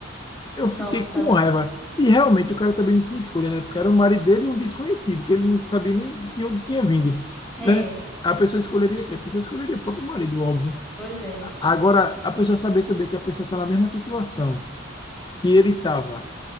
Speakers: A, on the left (about 20°); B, in the centre.
A: Eu
B: Nossa.
A: fiquei com raiva. E realmente o cara também não tinha escolha, né? Porque era o marido dele e um desconhecido, que ele não sabia nem de onde tinha vindo,
B: É,
A: né? A pessoa escolheria quem? A pessoa escolheria o próprio marido, óbvio.
B: pois é.
A: Agora, a pessoa saber também que a pessoa está na mesma situação que ele estava